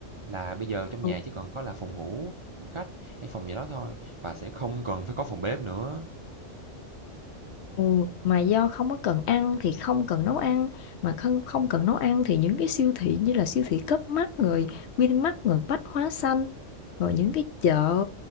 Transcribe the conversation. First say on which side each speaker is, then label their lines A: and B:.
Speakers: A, on the right (about 55°); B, on the left (about 65°).
A: là bây giờ trong
B: ừ,
A: nhà chỉ cần có là phòng ngủ, phòng khách hay phòng gì đó thôi, và sẽ không cần phải có phòng bếp nữa.
B: ừ, mà do không có cần ăn thì không cần nấu ăn, mà không không cần nấu ăn thì những cái siêu thị như là siêu thị cấp Mart rồi Vinmart rồi Bách Hóa Xanh, rồi những cái chợ,